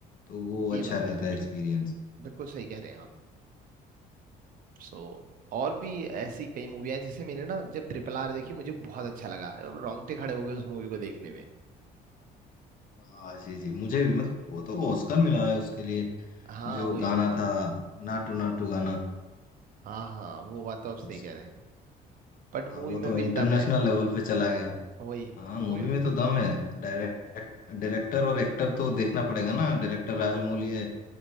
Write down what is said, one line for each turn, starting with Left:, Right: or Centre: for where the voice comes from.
Left: तो वो
Right: ये
Left: अच्छा
Right: बात
Left: रहता
Right: तो है
Left: है एक्सपीरियंस
Right: बिल्कुल सही कह रहे हैं आप सो और भी ऐसी कई मूवियाँ हैं जैसे मैंने ना जब ट्रिपल आर देखी मुझे बहुत अच्छा लगा रोंगटे खड़े हो गए उस मूवी को देखने में
Left: हाँ जी जी मुझे भी मतलब वो तो ऑस्कर मिला है उसके लिए
Right: हाँ
Left: जो
Right: वही
Left: गाना
Right: है
Left: था नाटू नाटू गाना
Right: हाँ हाँ वो बात तो आप सही
Left: तो उस,
Right: कह रहे हैं बट मूवी
Left: हाँ वो
Right: में
Left: तो
Right: भी
Left: इंटरनेशनल
Right: दम है
Left: लेवल पे चला गया
Right: वही है
Left: हाँ
Right: मूवी
Left: मूवी में तो दम है डायरेक्ट डायरेक्टर और एक्टर तो देखना पड़ेगा ना डायरेक्टर
Right: और
Left: राजमौली है